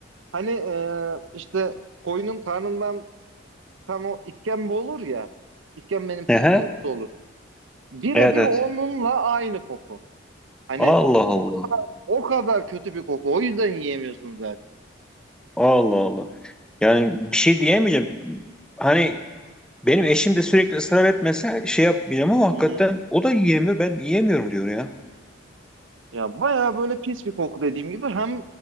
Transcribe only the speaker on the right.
Hani e, işte koyunun karnından kan o işkembe olur ya. İşkembenin pis
bir kokusu olur. Birebir
onunla aynı koku. Hani
o kadar kötü bir koku. O yüzden yiyemiyorsunuz zaten.
Hı hı.
Ya bayağı böyle pis bir koku dediğim gibi hem